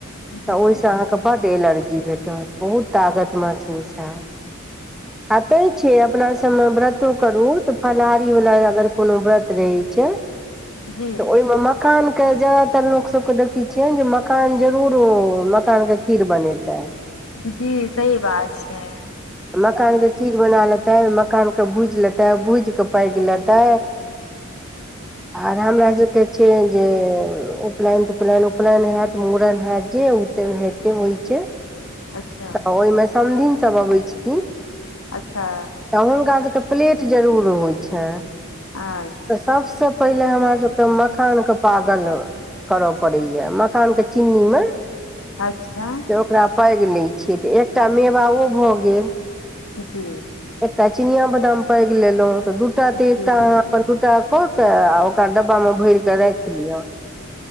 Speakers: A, on the left; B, in the centre.
A: जी
B: तऽ ओहिसँ अहाँकेँ बड्ड एलर्जी भेटत बहुत ताकत महसूस हए आ तें छियै अपना सबमे व्रतो करू तऽ फलाहारी वालला अगर कोनो व्रत रहै छै त
A: जी
B: ओहिमे मखान मखान के जादातर लोक सब के देखे छियै जे मखान जरूर ओ माखन के खीर बनेताै
A: जी सही बात छै
B: मखानके खीर बना लेतै मखानके भूजि लेतै भूजि कऽ पाकि लेतै आराम राज छै से जे उपनयन तुपनयन उपनयन होयत मुड़न होयैत जे ओत होयत होइ छै
A: अच्छा
B: तऽ ओहिमे समधिन सभ अबै छथिन
A: अच्छा
B: तऽ हुनका सबके प्लेट जरूर होइ छ
A: अच्छा
B: तऽ सब सबसँ पहिले हम आहा सबके मखान के पागल करय पड़ैएा मखानके चीन्नीमे
A: अच्छा
B: से ओकरा पैघि लै छियै तऽ एकटा मेवा ओ भऽ गेल
A: जी
B: एकटा चिनिया बादाम पैघि लेलहुँ ऽ दूटा
A: जी
B: ते एकटा
A: जी
B: अहाँ अपन दूटा क के आ ओकरा डब्बा मे भर के राख लिअ